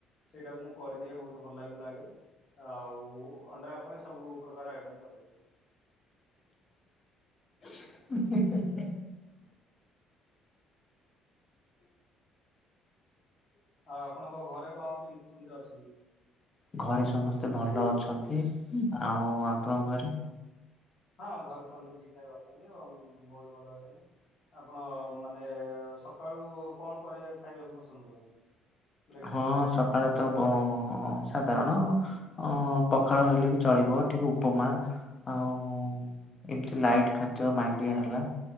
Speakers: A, on the left (about 50°); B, on the left (about 35°).
A: ସେଇଟାବି ମୁଁ କରିଦିଏ ବହୁତ ଭଲ ବି ଲାଗେ ଆଉ ଅଣ୍ଡା ଉପରେ ସବୁ ପ୍ରକାର ଆଇଟମ୍ କରିଦେବି।
B: <unintelligible>
A: ଆଉ ଆପଣଙ୍କ ଘରେ କଣ କେମିତି ସେମିତି ଅଛନ୍ତି?
B: ଘରେ ସମସ୍ତେ ଭଲ ଅଛନ୍ତି। ଆଉ
A: ହଁ
B: ଆପଣଙ୍କ ଘରେ?
A: ହଁ! ଘରେ ସେମସ୍ତେ ଠିକ ଠାକ ଅଛନ୍ତି ଏବଂ ବହୁତ ଭଲ ଅଛନ୍ତି। ଆପଣ ମାନେ ସକାଳୁ କଣ କରି ଖାଇବାକୁ ପାଇଁ ପସନ୍ଦ କରନ୍ତି। ବ୍ରେକଫାଷ୍ଟରେ
B: ହଁ ସକାଳେ ତ ବ ସାଧାରଣ ଅ ପଖାଳ ହେଲେ ବି ଚଳିବ, ଟିକେ ଉପମା ଆଉ ଏମତି ଲାଇଟ୍ ଖାଦ୍ୟ ମାଣ୍ଡିଆ ହେଲା।